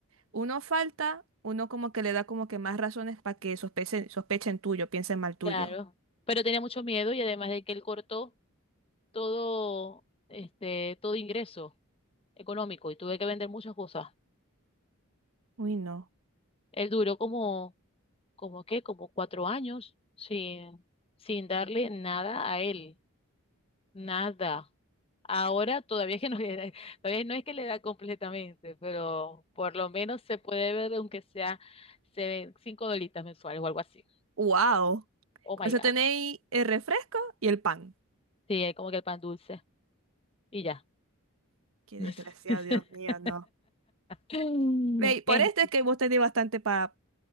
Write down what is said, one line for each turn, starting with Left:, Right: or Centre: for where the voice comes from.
Right: uno falta, uno como que le da como que más razones para que sospechen, sospechen tuyo, piensen mal tuyo.
Left: Claro, pero tenía mucho miedo y además de que él cortó todo, este, todo ingreso económico y tuve que vender muchas cosas.
Right: Uy, no.
Left: Él duró como, como qué, como cuatro años sin, sin darle nada a él, nada. Ahora todavía que no le da- todavía no es que le da completamente, pero por lo menos se puede ver, aunque sea se ven cinco dolitas mensuales o algo así.
Right: Wow.
Left: Oh
Right: Con
Left: my
Right: eso
Left: God.
Right: tenéis el refresco y el pan.
Left: Sí, es como que el pan dulce. Y ya.
Right: Qué
Left: <laughs>
Right: desgraciado, Dios mío, no.
Left: Mm.
Right: Ve, por
Left: Este,
Right: esto es que vos tenés bastante pa-